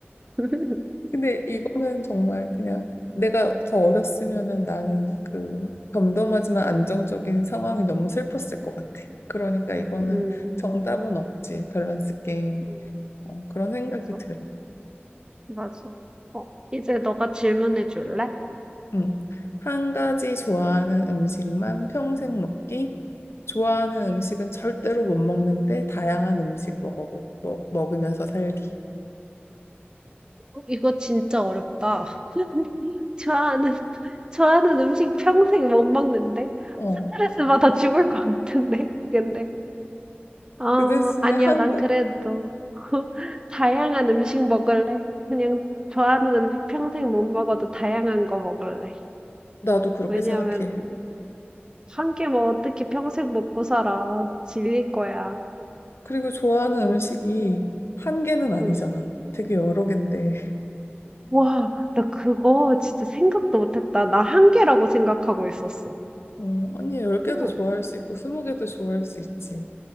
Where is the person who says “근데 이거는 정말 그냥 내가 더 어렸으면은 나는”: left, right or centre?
Left